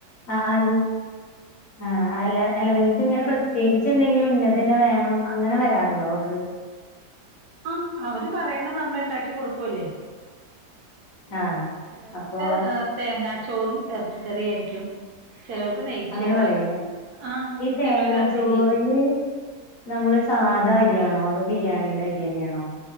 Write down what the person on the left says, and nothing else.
ആഹ് ആയി ആഹ് അല്ല അല്ല നിങ്ങക്ക് ഇങ്ങനെ പ്രത്യേകിച്ച് എന്തെങ്കിലും ഇന്നത് തന്നെ വേണം അങ്ങനെ വരാറുണ്ടോ ഓർഡറ്
ആ
അപ്പൊ
അങ്ങനെ പറയൂലേ
ഈ തേങ്ങാച്ചോറില്
നമ്മള് സാധാ
അരിയാണോ അതോ ബിരിയാണിയുടെ അരി തന്നെയാണോ